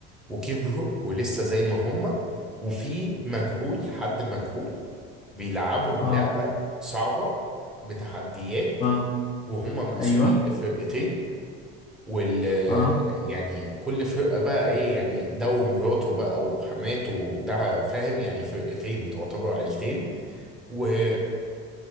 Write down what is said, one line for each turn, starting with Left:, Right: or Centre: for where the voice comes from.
Centre: وكبروا ولسه زي
Left: آه.
Centre: ما هم وفي مجهول حد مجهول بيلعبهم
Left: اه
Centre: لعبة صعبة بتحديات
Left: اه
Centre: وهم مقسومين
Left: ايوه
Centre: لفرقتين وال
Left: اه
Centre: يعني كل فرقة بقى ايه يعني ده ومراته بقى وحماته وده فاهم يعني فرقتين تعتبر عيلتين واللعبة